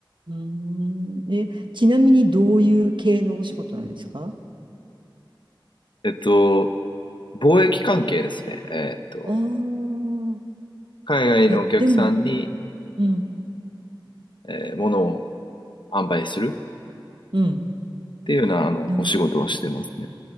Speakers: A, on the right; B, on the left.
A: うーん。で、ちなみにどういう系のお仕事なんですか
B: えっと、貿易関係ですね。えっと、
A: ああー、
B: 海外のお客さんに、
A: あ、でも、うん、
B: えー物を販売する
A: うん。
B: っていうような、あの、
A: なる
B: お仕事をしてますね。